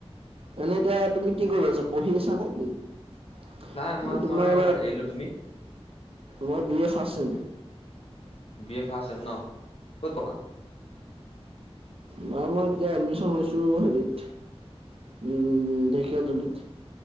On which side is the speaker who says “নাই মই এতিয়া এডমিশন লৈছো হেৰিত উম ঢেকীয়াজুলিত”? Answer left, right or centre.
Right